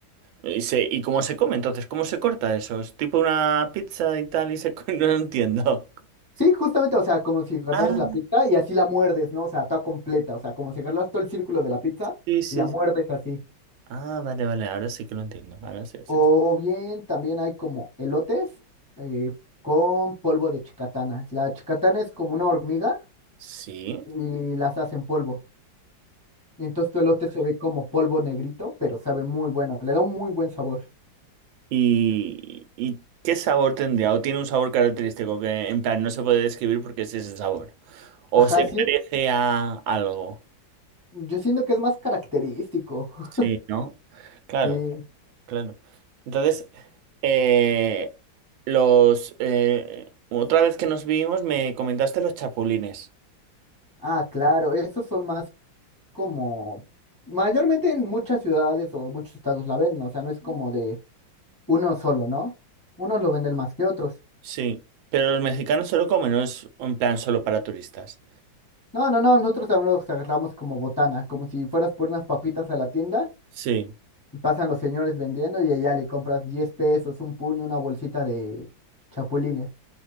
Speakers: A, on the right; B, on the left.
A: ¿Y, se... ¿Y cómo se come entonces? ¿Cómo se corta eso? ¿Es tipo una pizza y tal y se... co- <laughs> No lo entiendo.
B: Sí, justamente, o sea, como si agarraras
A: Ah,
B: la pizza y así la muerdes, ¿no? O sea, toda completa, o sea, como si agarras todo el círculo de la pizza
A: sí, sí.
B: y la muerdes
A: sí.
B: así.
A: Ah, vale, vale. Ahora sí que lo entiendo. Ahora sí, sí.
B: O bien también hay como elotes eh, con polvo de chicatana. La chicatana es como una hormiga
A: Sí.
B: y las hacen polvo. Y entonces tu elote se ve como polvo negrito, pero sabe muy bueno, le da un muy buen sabor.
A: ¿Y, y qué sabor tendría? ¿O tiene un sabor característico que en plan no se puede describir porque es ese sabor? ¿O
B: Ajá,
A: se
B: sí,
A: parece
B: es-
A: a algo?
B: yo siento que es más característico.
A: Sí,
B: <laughs>
A: ¿no? Claro,
B: Sí.
A: claro. Entonces, eh, los eh, otra vez que nos vimos me comentaste los chapulines.
B: Ah, claro, esos son más como, mayormente en muchas ciudades o muchos estados la venden, o sea, no es como de uno solo, ¿no? Unos lo venden más que otros.
A: Sí, pero los mexicanos solo comen, no es un plan solo para turistas.
B: No, no, no, nosotros también los agarramos como botana, como si fueras por unas papitas a la tienda,
A: Sí.
B: y pasan los señores vendiendo y allá le compras 10 pesos, un puño, una bolsita de chapulines.